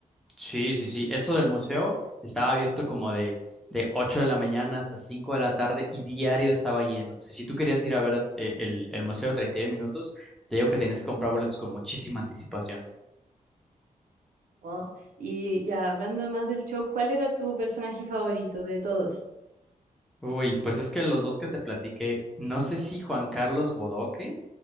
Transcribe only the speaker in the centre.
Sí, sí, sí. Eso del museo estaba abierto como de, de 8 de la mañana hasta 5 de la tarde y diario estaba lleno. O sea, si tú querías ir a ver eh, el, el museo 31 minutos, te digo que tenías que comprar boletos con muchísima anticipación.
Uy, pues es que los dos que te platiqué, no sé si Juan Carlos Bodoque